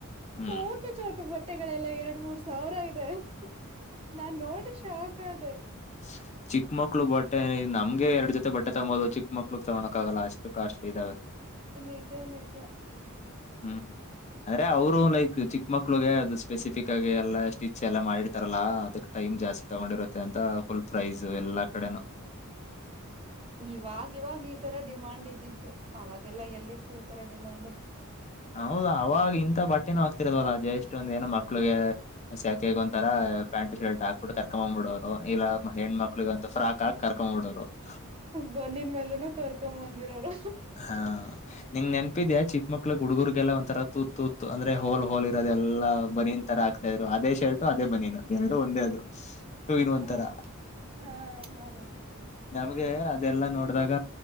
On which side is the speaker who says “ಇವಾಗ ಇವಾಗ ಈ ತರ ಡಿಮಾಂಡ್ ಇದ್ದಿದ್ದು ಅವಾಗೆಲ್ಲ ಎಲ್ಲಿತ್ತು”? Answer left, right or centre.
Right